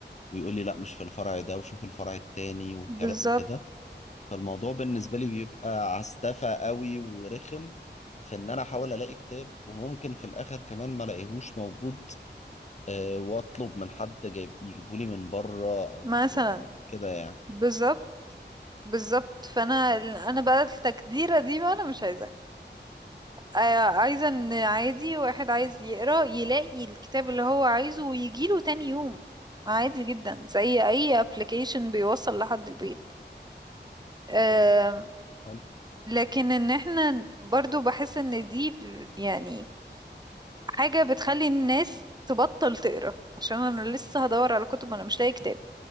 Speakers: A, on the left; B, on the right.
A: ويقول لي لا مش في الفرع ده وشوف الفرع التاني وكلا-
B: بالظبط
A: وكده فالموضوع بالنسبة لي بيبقى عستفى قوي ورخم في إن أنا أحاول ألاقي كتاب وممكن في الآخر كمان ما ألاقيهوش موجود آه، وأطلب من حد جايب يجيبولي من بره أو
B: مثلا
A: آه، كده يعني
B: بالظبط بالظبط فانا انا بقى التجديرة دي بقى انا مش عايزاها آه، عايزة ان عادي واحد عايز يقرأ يلاقي الكتاب اللي هو عايزه ويجيله تاني يوم عادي جدا زي اي ابلكيشن بيوصل لحد البيت آم،
A: آه، حلو
B: لكن ان احنا برضو بحس ان دي ب- يعني حاجة بتخلي الناس تبطل تقرأ عشان انا لسه هدور على كتب وانا مش لاقي كتاب